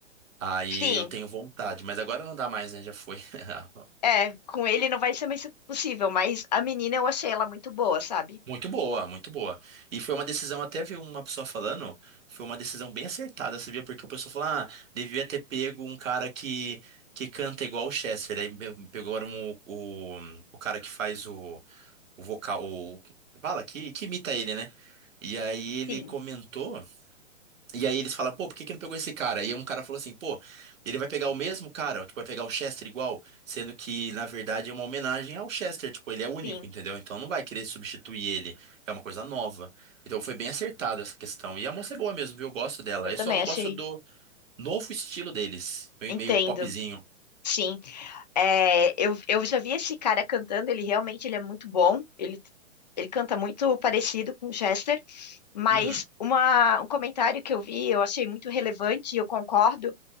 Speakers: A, on the right; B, on the left.
A: Aí
B: sim.
A: eu tenho vontade, mas agora não dá mais, né? Já foi. <laughs>
B: É, com ele não vai ser mais possível, mas a menina eu achei ela muito boa, sabe?
A: Muito boa, muito boa. E foi uma decisão, até vi uma pessoa falando, foi uma decisão bem acertada, você via, porque o pessoal falou, ah, devia ter pego um cara que, que canta igual o Chester. Aí pe- pegaram o, o, o cara que faz o, o vocal, o, fala, que, que imita ele, né? E aí ele
B: Sim,
A: comentou. E aí eles falam, pô, por que que não pegou esse cara? E aí um cara falou assim, pô, ele vai pegar o mesmo cara, tipo, vai pegar o Chester igual, sendo que, na verdade, é uma homenagem ao Chester, tipo, ele é único,
B: sim.
A: entendeu? Então não vai querer substituir ele, é uma coisa nova. Então foi bem acertado essa questão. E a moça é boa mesmo, viu? Eu gosto dela.
B: Eu
A: Eu
B: também
A: só não
B: achei.
A: gosto do novo estilo deles, meio
B: Entendo.
A: meio popzinho.
B: Sim. É, eu, eu já vi esse cara cantando, ele realmente ele é muito bom. Ele, ele canta muito parecido com o Chester, mas
A: Uhum.
B: uma, um comentário que eu vi, eu achei muito relevante e eu concordo,